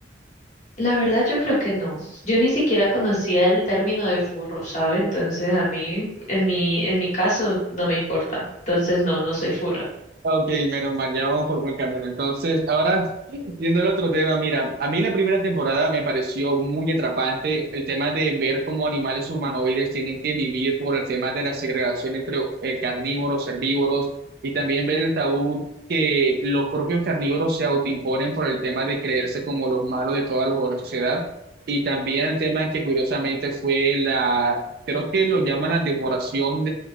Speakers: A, on the left; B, on the right.
A: La verdad yo creo que no. Yo ni siquiera conocía el término de furro, ¿sabe? Entonces a mí, en mi, en mi caso, no me importa. Entonces no, no soy furra.
B: Ok, menos mal, ya vamos por buen camino. Entonces, ahora, yendo al otro tema, mira, a mí la primera temporada me pareció muy atrapante el tema de ver cómo animales humanoides tienen que vivir por el tema de la segregación entre eh, carnívoros, herbívoros, y también ver el tabú que los propios carnívoros se autoimponen por el tema de creerse como los malos de toda la la sociedad, y también el tema que curiosamente fue la, creo que lo llaman la devoración